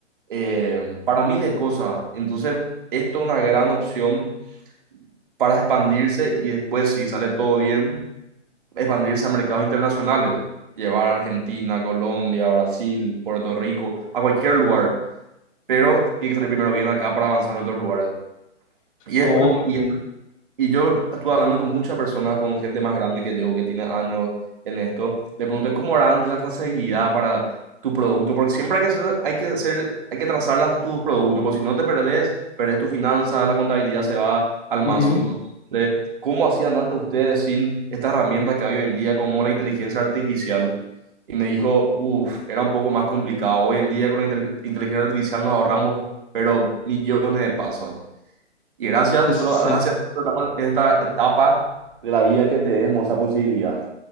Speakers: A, on the right; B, on the left.
A: eh, para miles de cosas. Entonces, esto es una gran opción para expandirse y después, si sale todo bien, expandirse a mercados internacionales llevar a Argentina, Colombia, Brasil, Puerto Rico, a cualquier lugar pero tiene que salir primero bien acá para avanzar en otros lugares. Y después,
B: Oh,
A: y
B: ok.
A: y yo estuve hablando con muchas personas, con gente más grande que yo, que tiene años en esto. Le pregunté cómo era antes la trazabilidad para tu producto, porque siempre hay que hacer, hay que hacer, hay que trazar las- tus productos, porque si no te perdés, perdés tu finanzas la contabilidad se va al mazo.
B: Ujú,
A: Entonces, de ¿cómo hacían antes ustedes sin esta herramienta que hay hoy en día, como la inteligencia artificial? Y me dijo, uff, era un poco más complicado. Hoy en día con la intel- inteligencia artificial nos ahorramos, pero millones de pasos. Y gracias,
B: Sí,
A: nosotros,
B: sí, sí.
A: gracias, nosotros estamos en esta etapa de la vida que tenemos, esa posibilidad.